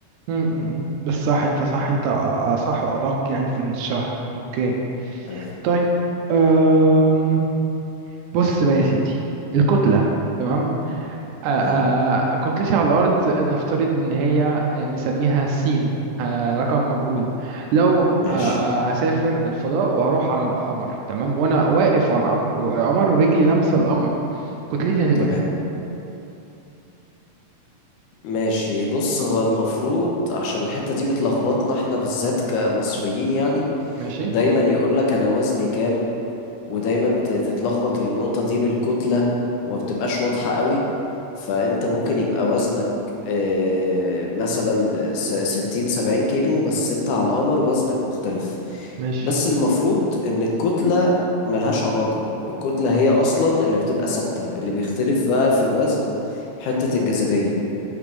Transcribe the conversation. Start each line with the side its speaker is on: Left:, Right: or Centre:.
Right: مم، مم، مم. بس صح انت صح انت أ- اصح وادق يعني في الشرح اوكي
Left: تمام
Right: طيب أم... بص بقى يا سيدي الكتلة تمام أ- أ-
Left: تمام
Right: كتلتي على الأرض نفترض إن هي آه، نسميها سين أ، رقم مجهول لو أ-
Left: ماشي
Right: أ، هسافر الفضاء وهروح على القمر تمام وأنا واقف على القمر القمر ورجلي لامسة القمر كتلتي هتبقى
Left: تمام
Right: كام؟
Left: ماشي بص هو المفروض عشان الحتة دي بتلخبطنا احنا بالذات كمصريين يعني
Right: ماشي
Left: دايما يقول لك انا وزني كام ودايما ت- تتلخبط النقطة دي بالكتلة وما بتبقاش واضحة قوي فأنت ممكن يبقى وزنك آه، مثلا س- ستين سبعين كيلو بس أنت على القمر وزنك مختلف
Right: ماشي
Left: بس المفروض إن الكتلة ملهاش علاقة الكتلة هي أصلا اللي بتبقى ثابتة اللي بيختلف بقى في الوزن حتة الجاذبية